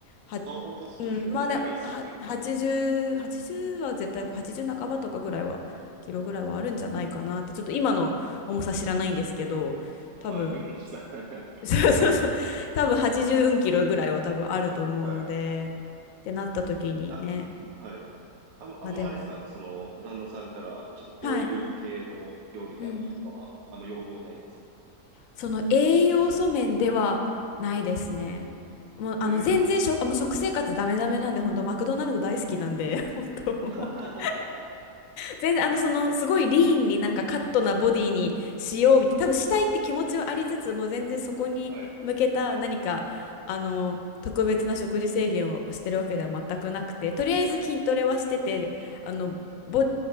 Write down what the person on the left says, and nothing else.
は、
うん、
まだは80、80は絶対80半ばとかぐらいは、キロぐらいはあるんじゃないかなって、ちょっと今の重さ知らないんですけど、
多分、
そうそうそう、多分80うキロぐらいは多分あると思うので、
ってなった時にね、
まあでも、
はい。うん
その栄養素面ではないですね。もうあの全然食、
もう食生活ダメダメなんで、本当マクドナルド大好きなんで、<laughs> 本当もう
全然あのそのすごいリーンになんかカットなボディにしようみたいな、多分したいって気持ちはありつつ、も全然そこに向けた何かあの特別な食事制限をしてるわけでは全くなくて、
とりあえず筋トレはしてて、あのボ、